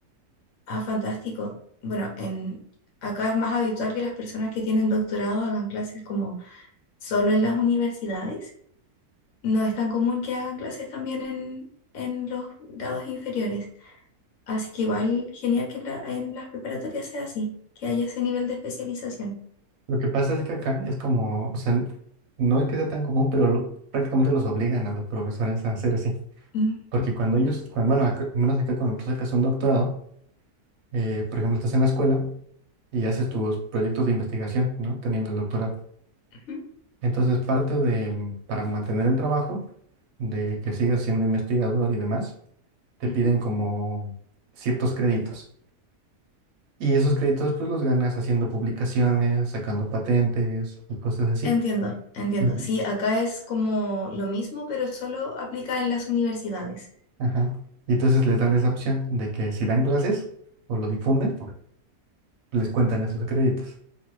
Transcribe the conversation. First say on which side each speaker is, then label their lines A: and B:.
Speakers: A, on the left (about 60°); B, on the right (about 65°).
A: Ah, fantástico. Bueno, en, acá es más habitual que las personas que tienen doctorado hagan clases como solo en las universidades. No es tan común que hagan clases también en, en los grados inferiores. Así que igual genial que en, la- en las preparatorias sea así, que haya ese nivel de especialización.
B: Lo que pasa es que acá es como, o sea, no es que sea tan común, pero lo- prácticamente los obligan a los profesores a hacer así.
A: Mm,
B: Porque cuando ellos, cuando, bueno, acá- al menos acá cuando tú sacas un doctorado, eh, por ejemplo, estás en la escuela y haces tus proyectos de investigación, ¿no? Teniendo el doctorado.
A: ujú,
B: Entonces, parte de, mm, para mantener el trabajo, de que sigas siendo investigador y demás, te
A: ujú.
B: piden como ciertos créditos. Y esos créditos, pues los ganas haciendo publicaciones, sacando patentes y cosas así.
A: Entiendo, entiendo.
B: Ujú.
A: Sí, acá es como lo mismo, pero solo aplica en las universidades.
B: Ajá. Y entonces les dan esa opción de que si dan clases o lo difunden, les cuentan esos créditos.